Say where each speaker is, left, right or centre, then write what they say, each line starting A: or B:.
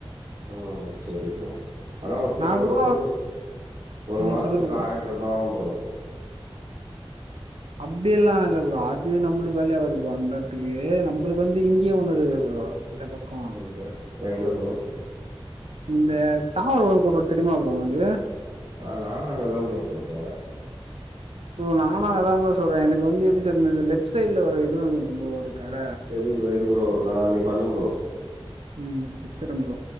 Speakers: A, on the right (about 65°); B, on the right (about 85°).
A: ம் சேரி ப்ரோ ஆனா ஒருத்தருக்கு
B: நா
A: வந்து
B: கூட
A: ஒரு
B: ம்
A: மாசத்துக்கு
B: சொல்லு ப்ரோ
A: ஆயி ருபாவா ப்ரோ
B: அப்டில்லா இல்ல ப்ரோ அது நம்மளுக்கு வேலையாவாது ப்ரோ அந்தத்துக்கு நம்மளுக்கு வந்து இங்கேயே ஒன்னு இருக்குதே ப்ரோ இந்தப் பக்கோ
A: <unintelligible> ப்ரோ எங்க ப்ரோ
B: இந்த தாம்பரம் கூட் ரோடு தெரியுமா ப்ரோ உங்களுக்கு
A: அ நானு அங்கதா ப்ரோ சொல்ற
B: ப்ரோ நானு அங்கதா ப்ரோ சொல்ற எனக்கு வந்து எப்டி சொல்றது லெஃப்ட் சைடுல ஒரு இது இருக்கு ப்ரோ ஒரு கட
A: செரி ப்ரோ இரு ப்ரோ நா நீ பண்ணு ப்ரோ
B: ம் வெச்சிட்ற ப்ரோ